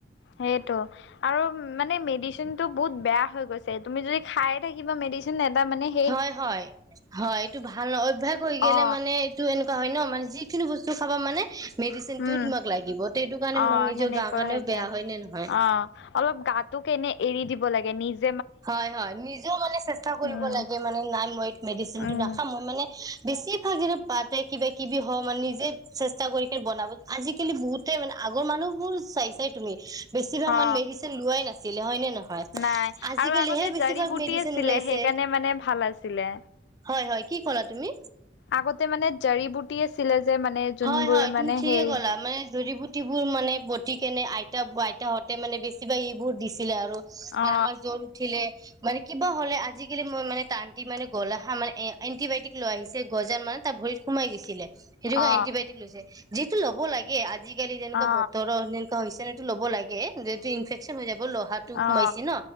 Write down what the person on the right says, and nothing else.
হয় হয় হয় এইটো ভাল অভ্যাস হৈ গলে
মানে। তো এনেকুৱা হয় ন মে যিনি বস্তু খাব মানে। মেডিচিনটোও
তোমাক লাগিব সেইটো কাৰণে
নিজৰ
গা কাৰণেও
বেয়া
হয় নে নহয়।
হয় হয় নিজেও মানে চেষ্টা কৰিব
লাগে মানে নাই মই মেডিচিনটো
নাখাম মই মানে। বেছি ভাগ এৰে পাতে কিবা কিবি হওঁ মানে নিজে চেষ্টা কৰি বনাব। আজিকালি বহুতেই মানে আগৰ মানুহ বোৰ চাই চাই তুমি। বেছিভাগ
মানে মেডিচিন লোৱাই নাছিলে হয়নে নহয়।
আজিকালিহে
বেছিভাগ
মেডিচিন
ওলাইছে
হয় হয় কি কলা তুমি।
হয় হয়
তুমি ঠিকে
ক'লা মানে জৰিবুট। বুটিবোৰ মানে বতি কেনে আইতা আইতাহঁতে মানে বেছিভাগ এইবোৰ দিছিলে আৰু।
আমাৰ জ্বৰ উঠিলে। মানে কিবা হ'লে আজিকালি মই মানে টানটি মানে গলেহে মানে এ এণ্টিবায়টিক লৈ আহিছে গজাল মান। টা ভৰিত সোমাই গৈছিলে সেইটো কাৰণে
এণ্টিবায়টিক লৈছে যিটো ল'ব লাগে। গে আজিকালি যেনেকুৱা
বতৰৰ যেনেকুৱা হৈছে ন এইটো ল'ব লাগে যিটো ইনফেকচন হৈ যাব লহাত। টো
সোমাইছে ন